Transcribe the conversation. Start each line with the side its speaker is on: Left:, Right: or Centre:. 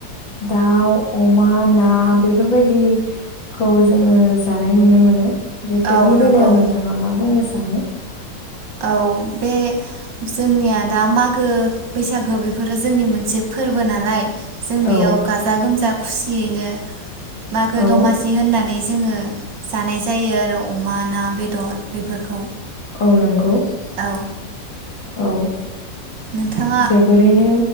Left: दाउ अमा ना बेफोरबायदिखौ जोङो जानाय नुनो मोनो बेफोरनि
Right: औ नंगौ
Left: बेलायाव नोंथाङा मा बुंनो सानो
Right: औ बे जोंनिया दा मागो बैसागो बेफोरो जोंनि मोनसे फोरबो नालाय जों बेयाव
Left: औ
Right: गाजा गोमजा खुसियैनो मागो
Left: औ
Right: दमासि होननानै ज जोङो जानाय जायो आरो अमा, ना, बेदर बेफोरखौ
Left: औ नंगौ।
Right: औ
Left: <inaudible> औ
Right: नोंथाङा
Left: जोबोरैनो